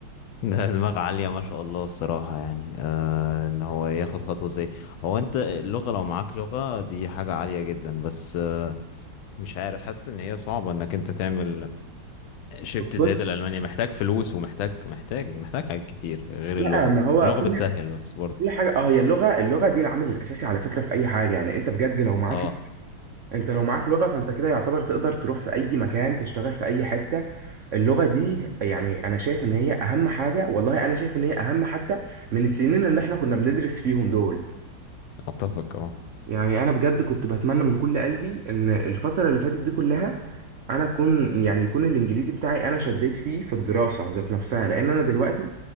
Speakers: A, on the left (about 85°); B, on the right (about 75°).
A: ده دماغ عالية ما شاء الله الصراحة يعني آه ان هو ياخد خطوة زي هو انت اللغة لو معاك لغة دي حاجة عالية جدا بس مش عارف حاسس ان هي صعبه انك انت تعمل شيفت زي
B: بص
A: ده لالمانيا محتاج فلوس ومحتاج محتاج محتاج حاجات كتير غير
B: لا
A: اللغه
B: ما هو
A: اللغه
B: كل
A: بتسهل بس برضه
B: كل حاجه اه هي اللغه اللغه دي العامل الاساسي على فكره في اي حاجه يعني انت بجد لو معاك
A: اه
B: انت لو معاك لغة فانت كده يعتبر تقدر تروح في اي مكان تشتغل في اي حتة اللغة دي يعني انا شايف ان هي اهم حاجة والله انا شايف ان هي اهم حتى من السنين اللي احنا كنا بندرس فيهم دول
A: اتفق اه
B: يعني انا بجد كنت بتمنى من كل قلبي ان الفترة اللي فاتت دي كلها انا اكون يعني يكون الانجليزي بتاعي انا شديت فيه في الدراسة ذات نفسها لان انا دلوقتي